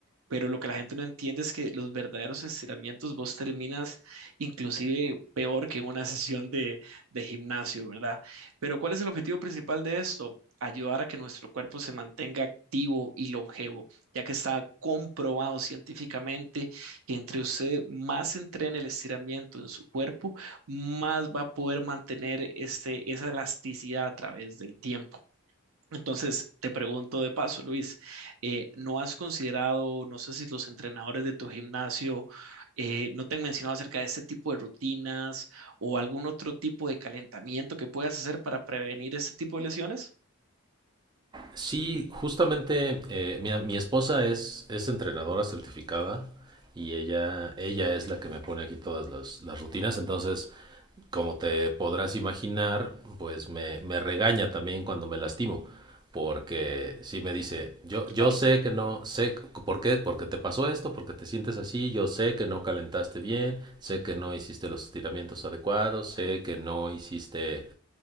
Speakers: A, on the right; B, on the right.
A: pero lo que la gente no entiende es que los verdaderos estiramientos vos terminas inclusive peor que en una <laughs> sesión de, de gimnasio, ¿verdad? Pero ¿cuál es el objetivo principal de esto? Ayudar a que nuestro cuerpo se mantenga activo y longevo, ya que está comprobado científicamente que entre usted más entrene el estiramiento en su cuerpo, más va a poder mantener este, esa elasticidad a través del tiempo. Entonces, te pregunto de paso, Luis, eh, ¿no has considerado, no sé si los entrenadores de tu gimnasio eh, no te han mencionado acerca de este tipo de rutinas o algún otro tipo de calentamiento que puedas hacer para prevenir este tipo de lesiones?
B: Sí, justamente, eh, mira, mi esposa es, es entrenadora certificada y ella, ella es la que me pone aquí todas las, las rutinas, entonces, como te podrás imaginar, pues me, me regaña también cuando me lastimo, porque sí me dice, yo, yo
A: Claro.
B: sé que no, sé c- por qué, porque te pasó esto, porque te sientes así, yo sé que no calentaste bien, sé que no hiciste los estiramientos adecuados, sé que no hiciste